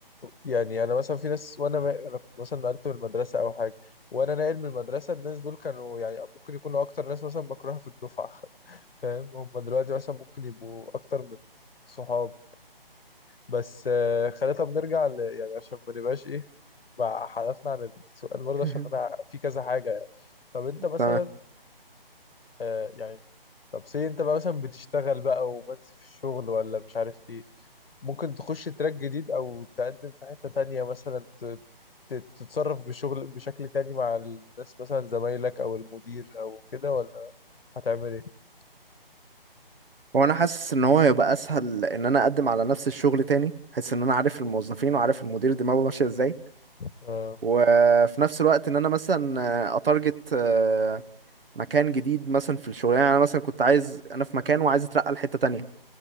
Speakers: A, on the left (about 75°); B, on the right (about 70°).
A: يعني أنا مثلا في ناس وأنا ما... أنا كنت مثلا نقلت من المدرسة أو حاجة وأنا ناقل من المدرسة الناس دول كانوا يعني ممكن يكونوا أكتر ناس مثلا بكرهها في الدفعة <laughs> فاهم هم دلوقتي مثلا ممكن يبقوا أكتر من صحاب بس آه، خلينا طب نرجع ل... يعني عشان ما نبقاش ايه بقى حذفنا عن السؤال برضه
B: <laughs>
A: عشان انا في كذا حاجه يعني طب انت مثلا
B: تمام
A: آه يعني طب سي انت بقى مثلا بتشتغل بقى ومنسي في الشغل ولا مش عارف ايه ممكن تخش تراك جديد او تقدم في حته تانية مثلا ت... ت... تتصرف بشغل بشكل تاني مع الناس مثلا زمايلك او المدير او كده ولا هتعمل ايه؟
B: وانا حاسس ان هو هيبقى اسهل ان انا اقدم على نفس الشغل تاني حاسس ان انا عارف الموظفين وعارف المدير دماغه ماشيه ازاي
A: اه
B: وفي نفس الوقت ان انا مثلا آه، اتارجت آه، مكان جديد مثلا في الشغلانه يعني انا مثلا كنت عايز انا في مكان وعايز اترقى لحته تانية